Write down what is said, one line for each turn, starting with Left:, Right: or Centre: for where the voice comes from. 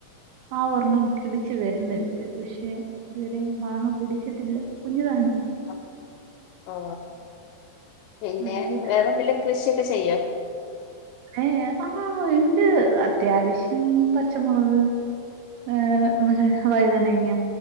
Right: മാവൊർണ്ണം ബുകെയിപ്പിച് ച് വരുന്നുണ്ട് പഷെ ഇതുവരെ മാങ്ങ പിടിച്ചിട്ടില്ല കുഞ്ഞുതാണ്
Left: അ ഓ പിന്നെ
Right: അത്
Left: വേറെന്തേലും കൃഷിയൊക്കെ ചെയ്യോ
Right: ഏഹ് ആഹ് ഇണ്ട് അത്യാവശ്യം പച്ചമൊളക് ഹെ ഹെ മളെ വഴുദനങ്ങ